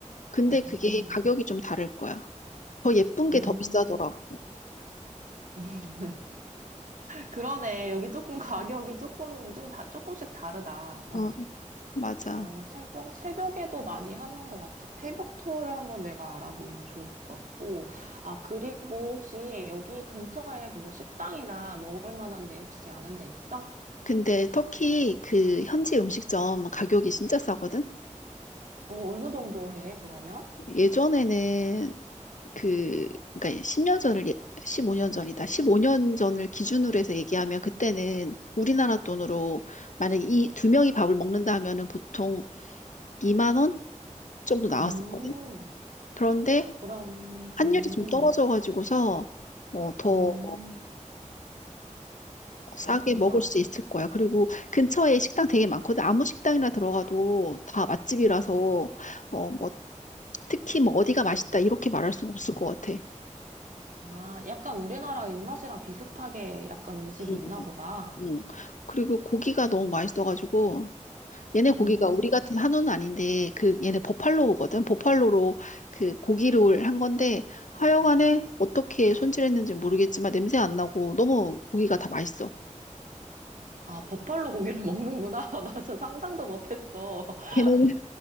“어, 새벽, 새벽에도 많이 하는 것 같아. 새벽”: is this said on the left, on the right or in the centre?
Right